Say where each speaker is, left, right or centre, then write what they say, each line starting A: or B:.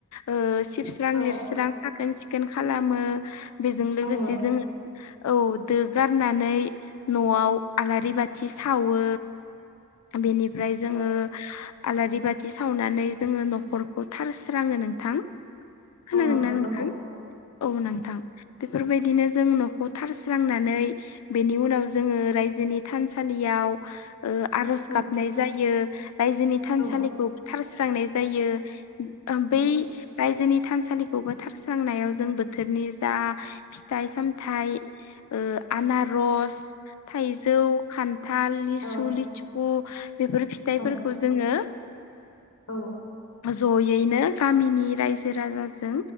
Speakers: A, on the left; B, on the left.
A: ओ सिबस्रां
B: औ
A: लिरस्रां साखोन सिखोन खालामो बेजों लोगोसे
B: औ नोंथां
A: जोङो औ दो गारनानै न'आव आलारि बाथि सावो बेनिफ्राय जोङो
B: औ
A: आलारि बाथि सावनानै जोङो न'खरखौ थारस्राङो नोंथां। खोनादोंना
B: औ
A: नोंथां
B: नंगौ
A: औ नोंथां बेफोरबायदिनो जों न'खौ थारस्रांनानै बेनि उनाव जोङो रायजोनि थानसालियाव ओ आर'ज
B: औ
A: गाबनाय जायो रायजोनि थानसालिखौ
B: औ
A: थारस्रांनाय जायो
B: औ
A: बै रायजोनि थानसालि खौबो थारस्रांनायाव जों बोथोरनि जा फिथाइ सामथाइ ओ आनारस, थाइजौ, खान्थाल, लिसु
B: औ
A: लिु कु बेफोर फिथाइफोरखौ
B: औ
A: जोङो
B: औ
A: ओ ज'यैनो गामिनि रायजो राजाजों